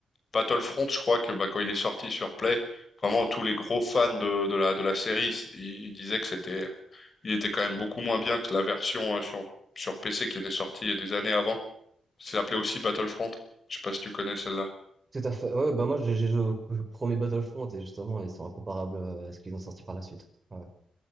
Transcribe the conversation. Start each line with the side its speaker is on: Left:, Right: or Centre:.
Left: Battlefront, je crois que bah quand il est sorti sur Play, vraiment tous les gros fans de de la de la série, ils, ils disaient que c'était il était quand même beaucoup moins bien que la version euh, sur sur PC qui était sortie il y a des années avant. C'est appelé aussi Battlefront. Je sais pas si tu connais celle-là.
Right: Tout à fait. Ouais, ouais, bah moi, j'ai j'ai joué au au premier Battlefront et justement, ils sont incomparables euh, à ce qu'ils ont sorti par la suite. Ouais. ouais.